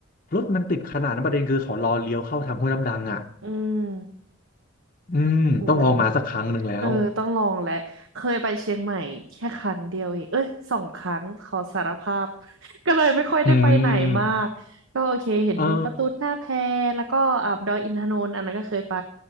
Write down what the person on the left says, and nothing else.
รถมันติดขนาดนั้นประเด็นคือเขารอเลี้ยวเข้าทางห้วยน้ำดังอ่ะ
อืมต้องลองมาสักครั้งหนึ่งแล้ว
อืมเออ